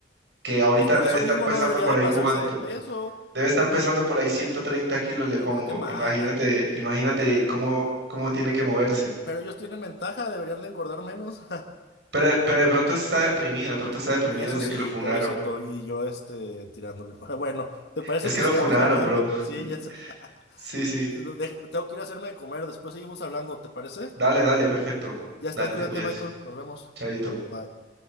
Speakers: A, on the right; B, on the left.
A: que ahorita
B: pues por
A: debe
B: eso
A: estar
B: mismo
A: pesando
B: no debería
A: por
B: de
A: ahí
B: pasarse
A: cuánto.
B: de peso.
A: Debe estar pesando por ahí 130 kilos, le
B: Yo
A: pongo.
B: creo que más.
A: Imagínate, imagínate cómo, cómo tiene que moverse.
B: Pero ellos tienen ventaja, deberían de engordar menos.
A: Pero, pero de pronto está deprimido, de pronto
B: <laughs>
A: está deprimido
B: Eso
A: desde
B: sí,
A: que lo funaron.
B: pobrecito, y yo este tirándole. <laughs> Bueno, ¿te parece
A: Es que
B: que
A: lo
B: sigamos
A: funaron,
B: hablando?
A: bro. <laughs>
B: Sí, ya sé. <laughs>
A: Sí, sí.
B: Lo dej- Tengo que ir a hacerme de comer, después seguimos hablando, ¿te parece?
A: Dale, dale, perfecto.
B: Ya
A: Dale,
B: está, cuídate,
A: te cuidas.
B: Michael, nos vemos.
A: Chadito.
B: Bye.